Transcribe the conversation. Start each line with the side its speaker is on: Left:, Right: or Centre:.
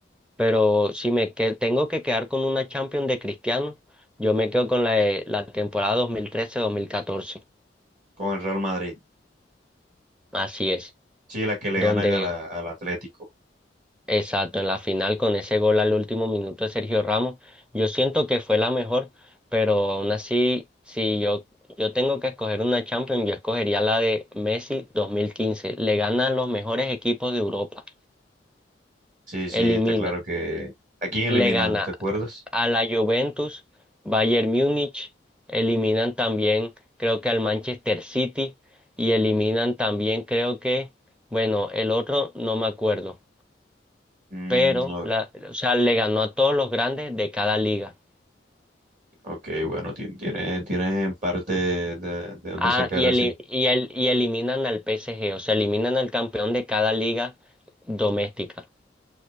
Centre: pero si me que- tengo que quedar con una Champions de Cristiano, yo me quedo con la, de- la temporada 2013-2014.
Right: con el Real Madrid.
Centre: Así es,
Right: Sí, la que le
Centre: donde,
Right: ganan a la- al Atlético.
Centre: exacto, en la final con ese gol al último minuto de Sergio Ramos, yo siento que fue la mejor, pero aún así, si yo, yo tengo que escoger una Champions, yo escogería la de Messi 2015. Le gana a los mejores equipos de Europa,
Right: Sí, sí,
Centre: elimina.
Right: está claro que... ¿A quién eliminan?
Centre: le gana
Right: ¿Te acuerdas?
Centre: a la Juventus, Bayern Múnich, eliminan también creo que al Manchester City y eliminan también creo que, bueno, el otro no me acuerdo,
Right: Mm,
Centre: pero
Right: o-
Centre: la, o sea, le ganó a todos los grandes de cada liga.
Right: ok, bueno, ti- tienes, tienes en parte de, de dónde
Centre: Ah,
Right: sacar
Centre: y, eli-
Right: ese...
Centre: y, el- y eliminan al PSG, o sea, eliminan al campeón de cada liga doméstica.